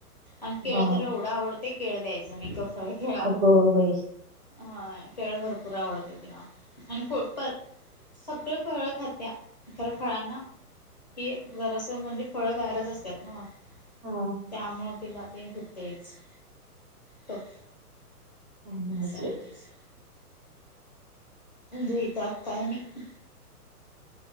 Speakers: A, on the left; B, on the right.
A: आणि
B: हा
A: केळ तर एवढं तिला आवडते केळं द्यायचं नाही. कफ आहे मी मुलाला
B: अगं बाई.
A: हा केळ भरपूर आवडते तिला आणि पर सगळी फळ खात्या. खर फळांना हे जरासं तर म्हणजे फळं गारच असतात नव्ह.
B: हा
A: त्यामुळं तिला ते हो तेच टफ
B: काय नव्हच
A: सगळीच.
B: बाई.
A: दही, ताक काय नाही